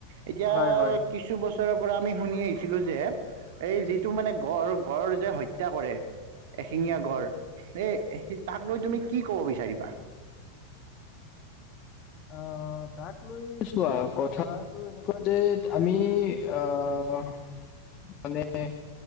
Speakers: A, on the right; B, on the left.
A: এতিয়া
B: হয় হয়
A: কিছু বছৰৰ পৰা। আমি শুনি আহিছিলো যে, এই যিটো মানে গঁড়, গঁড় যে হত্যা কৰে, এশিঙীয়া
B: হয়
A: গড় এই তাক লৈ তুমি কি ক'ব বিচাৰিবা?
B: আহ তাক লৈ চোৱা কথাটো এনেকুৱা যে, আমি আহ মানে